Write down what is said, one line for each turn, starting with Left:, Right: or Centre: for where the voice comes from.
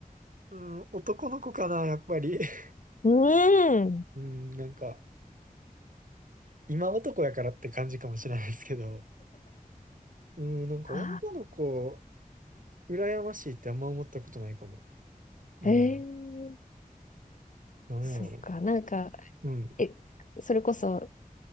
Right: うん、男の子かな、やっぱり。<laughs>
Left: うん。
Right: うん、なんか、今男やからって感じかもしれないですけど、うん、なんか女の子、
Left: あ
Right: 羨ましいってあんま思ったことないかも。うん、
Left: あ、ええ
Right: なんやろ
Left: そっか。なんか、
Right: う。
Left: え、それこそ